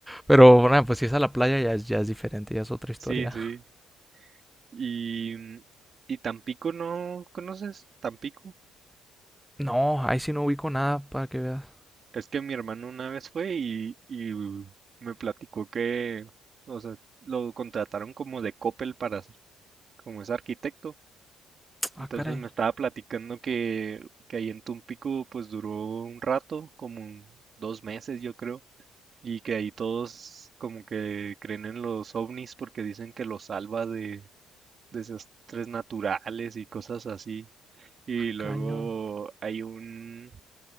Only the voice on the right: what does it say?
Sí, sí.
Y, mm, y Tampico, ¿no conoces Tampico?
Es que mi hermano una vez fue y, y me platicó que, o sea, lo contrataron como de Coppel para, ser- como es arquitecto.
Entonces
me estaba platicando que, que ahí en Tumpico pues duró un rato, como un- dos meses yo creo, y que ahí todos como que creen en los ovnis porque dicen que los salva de desastres naturales y cosas así. Y luego
hay un